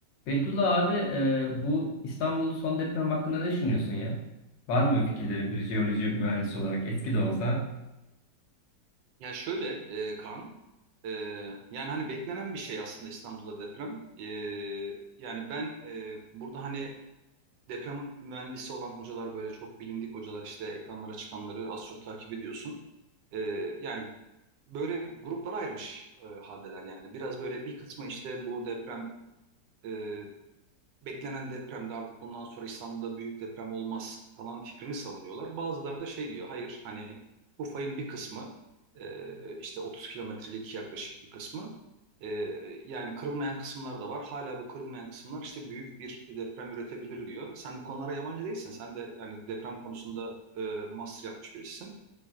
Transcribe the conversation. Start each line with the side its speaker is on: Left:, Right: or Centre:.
Left: Beytullah abi e, bu İstanbul'un son deprem hakkında ne düşünüyorsun ya? Var mı fikirlerin bir jeoloji mühendisi olarak eski de olsa?
Right: Ya şöyle e, Kaan, e, yani hani beklenen bir şey aslında İstanbul'da deprem. E, yani ben e, burada hani deprem mühendisi olan hocalar böyle çok bilindik hocalar işte ekranlara çıkanları az çok takip ediyorsun. E, yani böyle gruplara ayırmış e, haldeler yani. Biraz böyle bir kısmı işte bu deprem e, beklenen depremde artık bundan sonra İstanbul'da büyük deprem olmaz falan fikrini savunuyorlar. Bazıları da şey diyor hayır hani bu fayın bir kısmı e, işte 30 kilometrelik yaklaşık bir kısmı e, yani kırılmayan kısımlar da var. Hala bu kırılmayan kısımlar işte büyük bir deprem üretebilir diyor. Sen bu konulara yabancı değilsin. Sen de yani deprem konusunda e, master yapmış birisin.